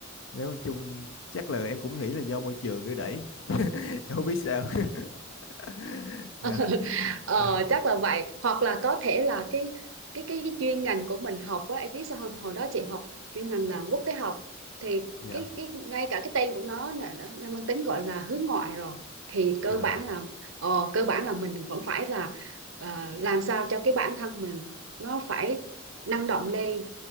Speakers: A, on the left (about 75°); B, on the right (about 85°).
A: nếu chung chắc là em cũng nghĩ là do môi trường đưa đẩy <laughs> em không biết sao <laughs> dạ
B: <laughs> ờ,
A: dạ
B: chắc là vậy hoặc là có thể là cái cái cái cái chuyên ngành của mình học á em biết sao không hồi đó chị học chuyên ngành là quốc tế học thì
A: dạ
B: cái cái ngay cả cái tên của nó là- đã đã mang tính gọi là hướng ngoại rồi thì cơ
A: à
B: bản là ờ, cơ bản là mình vẫn phải là ờ, làm sao cho cái bản thân mình nó phải năng động lên